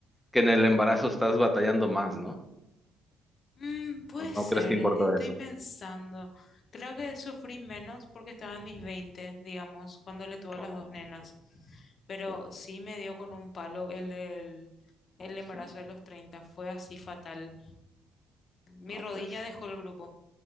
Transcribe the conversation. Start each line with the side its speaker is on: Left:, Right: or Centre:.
Centre: que en el embarazo estás batallando más, ¿no?
Left: Mm, puede
Centre: ¿O no
Left: ser,
Centre: crees que importa
Left: estoy
Centre: eso?
Left: pensando. Creo que sufrí menos porque estaba en mis veinte digamos, cuando le tuve a
Centre: Oh,
Left: las dos nenas.
Centre: ok,
Left: Pero
Centre: sí.
Left: sí me dio con un palo el, el, el
Centre: Oh,
Left: embarazo
Centre: sí.
Left: de los treinta Fue así fatal. Mi
Centre: No,
Left: rodilla
Centre: pues.
Left: dejó el grupo.